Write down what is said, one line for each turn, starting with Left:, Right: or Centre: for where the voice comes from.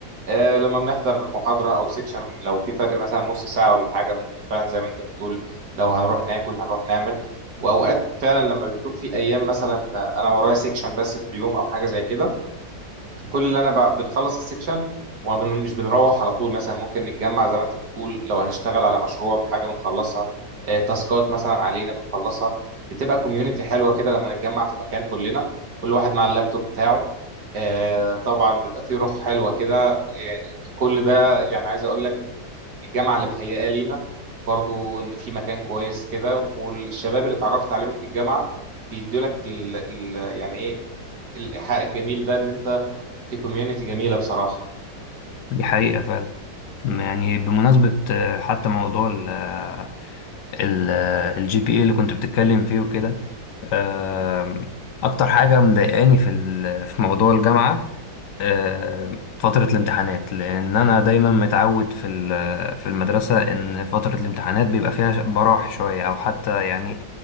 Right: آه لما بنحضر محاضره او سكشن لو في فرق مثلا نص ساعه ولا حاجه ممكن فعلا زي ما انت بتقول لو هنروح ناكل هنروح نعمل واوقات فعلا لما بيكون في ايام مثلا انا ورايا سكشن بس في اليوم او حاجه زي كده كل اللي انا ب- بنخلص السكشن ومش بنروح على طول مثلا ممكن نتجمع زي ما انت بتقول لو هنشتغل على مشروع بحاجه بنخلصها آه، تاسكات مثلا علينا بنخلصها بتبقى كوميونتي حلوه كده لما نتجمع في مكان كلنا كل واحد مع اللابتوب بتاعه آه، طبعا بيبقى فيه روح حلوه كده آه، كل ده يعني عايز اقول لك ان الجامعه اللي مهيئه لينا برضو ان في مكان كويس كده والشباب اللي اتعرفت عليهم في الجامعه بيدولك ال ال يعني ايه الإيحاء الجميل ده إن أنت في كوميونيتي جميلة بصراحة
Left: دي حقيقة يعني بمناسبة آه، حتى موضوع ال آه، ال الجي بي اي اللي كنت بتتكلم فيه وكده آم، أكتر حاجة مضايقاني في ال- في موضوع الجامعة آم، فترة الامتحانات لأن أنا دايما متعود في ال- آه، في المدرسة إن فترة الامتحانات بيبقى فيها براح شوية أو حتى يعني